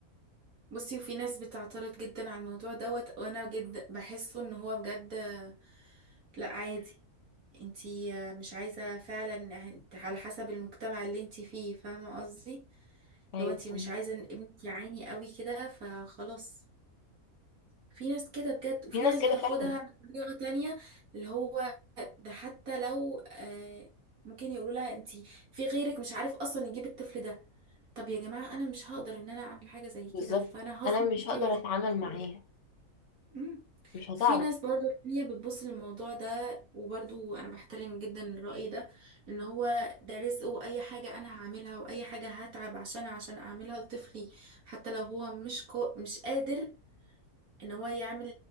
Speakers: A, on the right; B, on the left.
A: بصي وفي ناس بتعترض جدا على الموضوع دوت وانا جد بحسه ان هو بجد آه، لا عادي انتي آه، مش عايزة فعلا هت- على حسب المجتمع اللي انتي فيه فاهمة قصدي
B: ايوه
A: لو انتي
B: فاهمك.
A: مش عايزة ان ابنك يعاني قوي كده فخلاص في ناس كده بجد وفي
B: في ناس
A: ناس
B: كده
A: بتاخدها
B: فعلا
A: بطريقة تانية اللي هو ده حتى لو آه ممكن يقولوا لها انتي في غيرك مش عارف اصلا يجيب الطفل ده طب يا جماعة انا مش هقدر ان انا اعمل حاجة زي
B: بالظبط
A: كده فانا هظلم
B: انا مش
A: نفسي
B: هقدر
A: واظلم
B: اتعامل
A: الطفل
B: معاها
A: ده ليه؟ مم.
B: مش هتعرف
A: في ناس برضو تانية بتبص للموضوع ده وبرضو انا بحترم جدا الرأي ده ان هو ده رزق واي حاجة انا هعملها واي حاجة هتعب عشان عشان اعملها لطفلي حتى لو هو مش قا... مش قادر ان هو يعمل